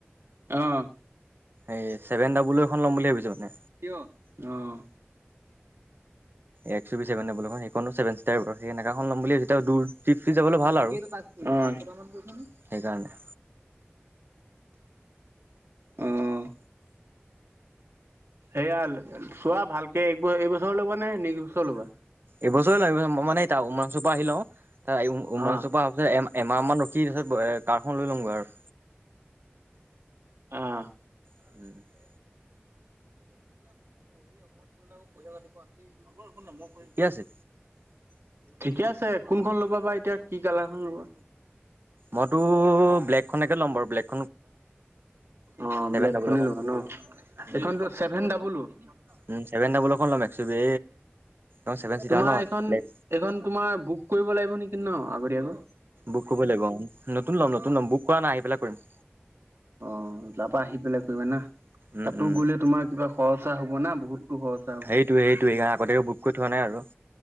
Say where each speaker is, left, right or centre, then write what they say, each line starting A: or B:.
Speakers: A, on the right (about 80°); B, on the right (about 60°).
A: অ', অ',
B: এই ছেভেন ডাবুল অ'এখন ল'ম বুলি ভাবিছোঁ মানে।
A: কিয় অ'।
B: এক্স সেইখনো ছেভন চিতাৰ, সেইতেনেকাখন ল'ম বুলি ভাবিছোঁ, তেতিয়া দূৰলে যাবলৈ ভাল।
A: অ'।
B: আৰু সেইকাৰণে।
A: অ'। এয়া চোৱা ভালকে, একবছৰ। এইবছৰ ল'বা নে নেক্সট বছৰ ল'বা।
B: এইবছৰ লাগিব, এইবছৰ মই মানে উমৰাংচূপা আহি লওঁ, তাৰ উমৰাংচোৰপা
A: অ',
B: অহা তাৰপাছত এমাহমান ৰখি, তাৰপিছত কাৰখন লৈ ল'মগৈ আৰু।
A: অ'।
B: <inaudible>
A: <unintelligible>
B: ঠিকে আছে
A: ঠিকে আছে, কোনখন ল'বা বা এতিয়া। কি কালাৰখন ল'বা?
B: মইতো ব্লেক খনেকে ল'ম বাৰু, ব্লেক-
A: অ', ব্লেক
B: ডাবল
A: খনে
B: এখন
A: ল'বা ন! সেইখনতো
B: উম
A: ছেভেন ডাবোল অ'। অ',
B: উম ছেভেন ডাবল এখন ল'ম এক্স ইউ ভি এই ছেভেন চিটাৰ
A: তোমাৰ
B: ন
A: এইখন,
B: ব্লেক
A: এইখন তোমাৰ বুক কৰিব লাগিব নেকি ন? আগতিয়াকৈ।
B: বুক কৰিব লাগিব অ', নতুন ল'ম, নতুন ল'ম, বুক কৰা নাই, আহি পেলাই কৰিম।
A: অ', তাৰ পৰা আহি পেলাই কৰিবা ন!
B: উম
A: তাতো
B: উম
A: গ'লে তোমাৰ কিবা খৰচা হ'ব না, বহুতো খৰচ
B: সেইটোৱে সেইটোৱে, সেইকাৰণে আগতিয়াকৈ বুক কৰি থোৱা নাই আৰু।